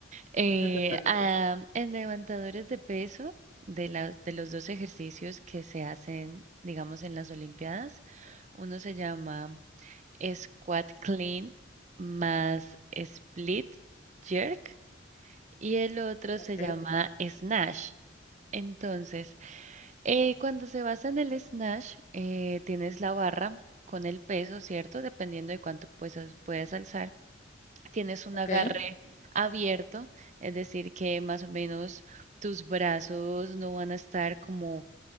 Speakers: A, on the right (about 35°); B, on the left (about 35°).
A: Eh,
B: No te preocupes.
A: ah, en levantadores de peso, de las, de los dos ejercicios que se hacen, digamos, en las Olimpiadas, uno se llama squat clean más split jerk y el otro
B: Ok,
A: se llama snatch Entonces, eh, cuando se basa en el snatch, eh, tienes la barra con el peso, ¿cierto? Dependiendo de cuánto puedas, puedas alzar. Tienes un
B: ok,
A: agarre abierto, es decir, que más o menos tus brazos no van a estar como